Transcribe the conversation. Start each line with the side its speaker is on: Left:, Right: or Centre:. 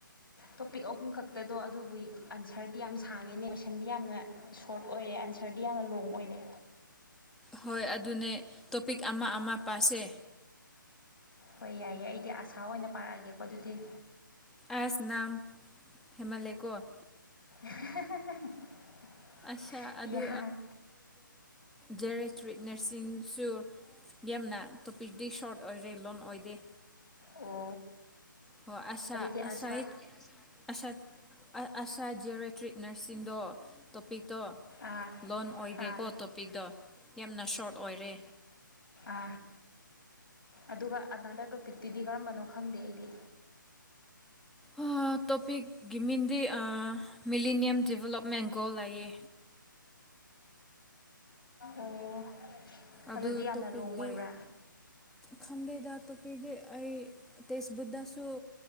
Left: ꯇꯣꯄꯤꯛ ꯑꯍꯨꯝ ꯈꯛꯇꯗꯣ ꯑꯗꯨꯕꯨꯒꯤ ꯑꯟꯁꯔꯗꯤ ꯌꯥꯝ ꯁꯥꯡꯉꯦꯅꯦ ꯀꯣꯏꯁꯟꯗꯤ ꯌꯥꯝꯅ ꯁꯣꯔꯠ ꯑꯣꯏꯔꯦ ꯑꯟꯁꯔ ꯁꯔꯗꯤ ꯌꯥꯝꯅ ꯂꯣꯡ ꯑꯣꯏꯔꯦ
Centre: ꯍꯣꯏ ꯑꯗꯨꯅꯦ ꯇꯣꯄꯤꯛ ꯑꯃ ꯑꯃ ꯄꯥꯁꯦ
Left: ꯍꯣꯏ ꯌꯥꯏꯌꯦ ꯑꯩꯗꯤ ꯑꯁꯥ ꯑꯣꯏꯅ ꯄꯥꯔꯛꯑꯒꯦꯀꯣ ꯑꯗꯨꯗꯤ
Centre: ꯑꯁꯅꯥꯝ ꯍꯦꯃꯥꯂꯦꯀꯣ
Left: <inaudible>
Centre: ꯑꯁꯥ ꯑꯗꯨ
Left: ꯌꯥꯏ
Centre: ꯖꯦꯔꯦꯇ꯭ꯔꯤꯠꯅꯁꯤꯡꯁꯨ ꯌꯥꯝꯅ ꯇꯣꯄꯤꯛꯇꯛꯇꯤ ꯁꯣꯔꯠ ꯑꯣꯏꯔꯦ ꯂꯣꯟ ꯑꯣꯏꯗꯦ
Left: ꯑꯣ
Centre: ꯍ ꯑꯥ
Left: ꯑꯗꯨꯗꯤ
Centre: ꯑꯥ
Left: ꯑꯁꯥ
Centre: ꯍ ꯑꯁ ꯑꯁꯥ ꯖꯤꯌꯣꯃꯦꯦꯇ꯭ꯔꯤꯛ ꯅꯔꯁꯤꯡꯗꯣ ꯇꯣꯄꯤꯛ ꯇꯣ
Left: ꯑꯥ
Centre: ꯂꯣꯟ ꯑꯣꯏꯗꯦꯀꯣ
Left: ꯑꯥ
Centre: ꯇꯣꯄꯤꯛꯇꯣ ꯌꯥꯝꯅ ꯁꯣꯔꯠ ꯑꯣꯏꯔꯦ
Left: ꯑ ꯑꯗꯨꯒ ꯑꯗ ꯇꯣꯄꯤꯛꯇꯨꯗꯤ ꯀꯔꯝꯕꯅꯣ ꯈꯪꯗꯦ ꯑꯩꯗꯤ
Centre: ꯑꯣ ꯇꯣꯄꯤꯛ ꯒꯤꯃꯤꯟꯗꯤ ꯃꯤꯂꯤꯅꯤꯌꯝ ꯗꯗꯤꯕꯂꯞꯃꯦꯟꯒꯣ ꯂꯌꯦ
Left: ꯑꯣ
Centre: ꯑꯗꯨ
Left: ꯑꯗꯨꯗꯤ ꯌꯥꯝꯅ
Centre: ꯇꯣꯞꯗꯤ
Left: ꯂꯣꯡ ꯑꯣꯏꯕ꯭ꯔꯥ
Centre: ꯈꯗꯦꯗ ꯐ ꯑꯩ ꯇꯁ ꯕꯙꯁꯨꯣ